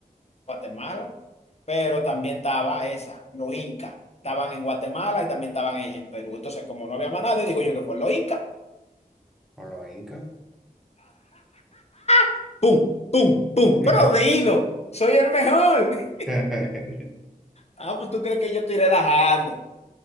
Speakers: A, on the left; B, in the centre.
A: Guatemala, pero también estaba esa, los incas. Estaban en Guatemala y también estaban en, en Perú. Entonces, como no había más nadie, digo yo que fue los incas.
B: con los incas.
A: <laughs> ¡Pum! ¡Pum! ¡Pum!
B: <laughs>
A: Pero dilo, soy el mejor. <laughs>
B: Eres
A: Ah, pues tú crees que yo estoy relajando.